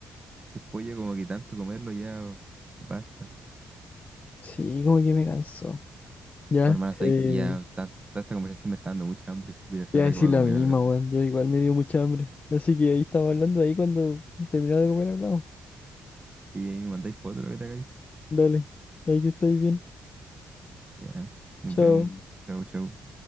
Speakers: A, on the right; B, on the left.
A: El pollo, como que tanto comerlo ya basta.
B: Sí, como que me cansó. Ya.
A: Oh, hermana, sabéis
B: Eh,
A: que ya tanta, tanta conversación me está dando mucha hambre. Voy a ir a hacerme
B: Te iba a decir
A: algo para
B: lo
A: comer
B: mismo,
A: ahora.
B: weón. Yo igual me dio mucha hambre. Así que ahí estamos hablando, ahí cuando terminaba de comer hablamos.
A: Sí, ahí me mandáis fotos de lo que te hagáis.
B: Dale, ahí que estáis bien.
A: Ya, nos
B: Chao.
A: vemos. Chau, chau.